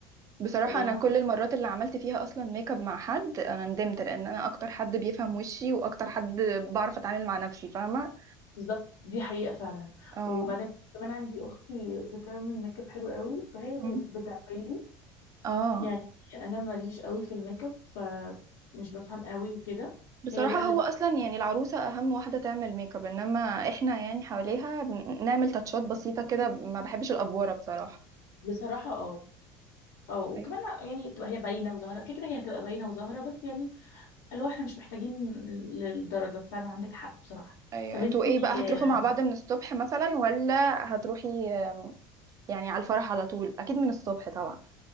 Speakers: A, on the right (about 40°); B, on the left (about 80°).
A: بصراحة
B: ف- يعني
A: أنا
B: قصدي
A: كل المرات اللي عملت فيها أصلا ميك اب مع حد أنا ندمت لأن أنا أكتر حد بيفهم وشي وأكتر حد بعرف أتعامل مع نفسي فاهمة
B: بالظبط دي حقيقه فعلا
A: اه
B: وبعدين كمان عندي اختي بتعمل ميك اب حلو قوي فهي اللي
A: مم.
B: بتعمل لي
A: اه
B: يعني انا ماليش قوي في الميك اب فمش بفهم قوي وكده
A: بصراحة
B: هي بقى
A: هو
B: اللي
A: أصلا يعني العروسة أهم واحدة تعمل ميك اب إنما إحنا يعني حواليها بن- نعمل تاتشات بسيطة كده ما بحبش الأفوارة بصراحة
B: بصراحه اه اه وكمان
A: أيوة
B: يعني تبقى هي باينه وظاهره كده كده هي هتبقى باينه وظاهره بس يعني اللي هو احنا مش محتاجين للدرجه فعلا عندك حق بصراحه
A: أيوة
B: طب
A: أنتوا
B: انتي
A: إيه بقى هتروحوا
B: آه،
A: مع بعض من الصبح مثلا ولا هتروحي آه، يعني على الفرح على طول أكيد من الصبح طبعا